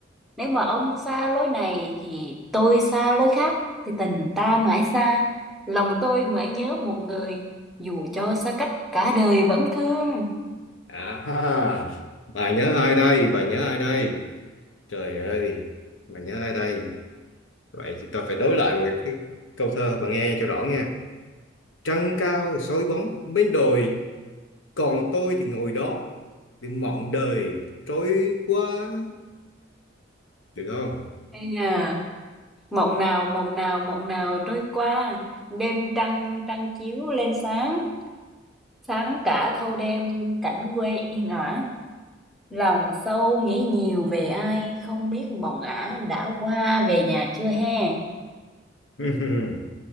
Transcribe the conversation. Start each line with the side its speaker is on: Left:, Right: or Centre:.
Centre: Nếu mà ông xa lối này thì tôi xa lối khác, thì tình ta mãi xa. Lòng tôi mãi nhớ một người, dù cho xa cách cả đời vẫn thương.
Left: à ha bà nhớ ai đây bà nhớ ai đây trời ơi bà nhớ ai đây vậy thì tôi phải đối lại một cái câu thơ bà nghe cho rõ nha trăng cao soi bóng bên đồi còn tôi thì ngồi đó để mộng đời trôi qua được không
Centre: Ây da, mộng nào, mộng nào, mộng nào trôi qua, đêm trăng, trăng chiếu lên sáng, sáng cả thâu đêm cảnh quê yên ả. Lòng sâu nghĩ nhiều về ai, không biết mộng ả đã qua về nhà chưa he.
Left: <laughs>